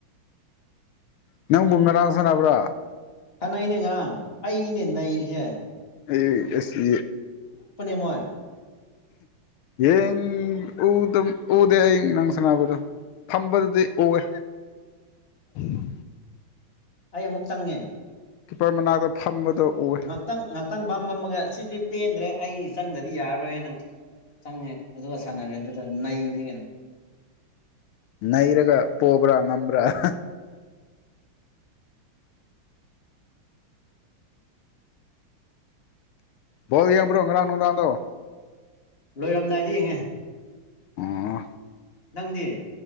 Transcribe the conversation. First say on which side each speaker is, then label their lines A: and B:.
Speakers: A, on the left; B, on the left.
A: ꯅꯪꯕꯨ ꯉꯔꯥꯡ ꯁꯅꯥꯕ꯭ꯔꯥ
B: ꯁꯥꯟꯅꯩꯅꯦ ꯉꯥꯡ ꯑꯩꯅꯤꯅꯦ ꯅꯔꯤꯁꯦ
A: ꯑꯩꯁꯤ
B: ꯃꯣꯏ
A: ꯌꯦꯡ ꯎ ꯎ ꯎꯗꯦ ꯑꯩ ꯅꯪ ꯁꯅꯥꯕꯗꯣ ꯐꯝꯕꯗꯨꯗꯤ ꯎꯑꯦ ꯎꯝ
B: ꯑꯩ ꯑꯃꯨꯛ ꯆꯪꯉꯦ
A: ꯀꯤꯞꯄꯔ ꯃꯅꯥꯛꯇ ꯐꯝꯕꯗꯣ ꯎꯋꯦ
B: ꯉꯥꯛꯇꯪ ꯉꯥꯏꯍꯥꯛꯇꯪ ꯄꯝꯕꯝ ꯑꯃꯒ ꯁꯤꯗꯤ ꯄꯦꯟꯗ꯭ꯔꯦ ꯑꯩ ꯆꯪꯗꯗꯤ ꯌꯥꯔꯔꯣꯏꯅ ꯆꯪꯉꯦ ꯑꯗꯨꯒ ꯁꯥꯟꯅꯔꯦ ꯑꯗꯨꯗ ꯅꯩꯕꯗꯤ ꯀꯩꯅꯣ <inaudible>
A: ꯅꯩꯔꯒ ꯄꯣꯕ꯭ꯔꯥ ꯉꯝꯕ꯭ꯔꯥ m...... ꯣ ꯌꯦꯕ꯭ꯔꯣ ꯉꯔꯥꯡꯅꯨꯡꯗꯥꯗꯣ
B: ꯂꯣꯏꯔꯝꯗꯥꯏꯗ ꯌꯦꯡꯉꯦ
A: ꯑꯣ
B: ꯅꯪꯗꯤ